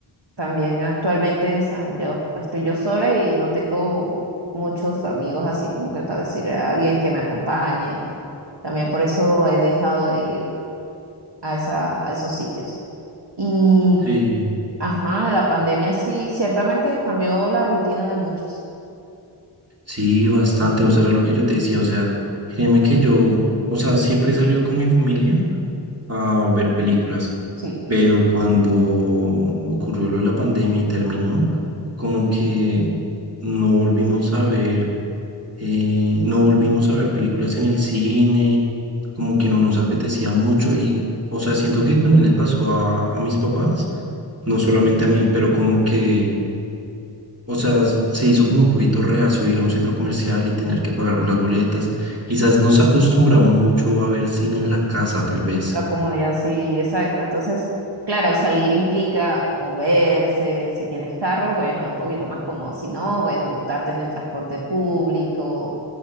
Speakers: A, on the right; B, on the right.
A: también actualmente, o sea, yo estoy yo sola y no tengo muchos amigos así como que para decirle a alguien que me acompañe. También por eso he dejado de ir a esa, a esos sitios. Y,
B: Sí.
A: ajá, la pandemia sí, ciertamente cambió la rutina de muchos.
B: Sí, bastante, o sea, era lo que yo te decía, o sea, créeme que yo, o sea, siempre he salido con mi familia a ver películas,
A: Sí.
B: pero cuando ocurrió lo de la pandemia y terminó, como que no volvimos a ver. eh, no volvimos a ver películas en el cine, como que no nos apetecía mucho y, o sea, siento que también le pasó a, a mis papás, no solamente a mí, pero como que, o sea, s- se hizo como un poquito reacio ir a un centro comercial y tener que pagar por las boletas. Quizás nos acostumbramos mucho a ver cine en la casa, tal vez.
A: La comodidad, sí, exacto. Entonces, claro, salir implica moverse. Si tienes carro, bueno, un poquito más cómodo. Si no, bueno, montarte en el transporte público,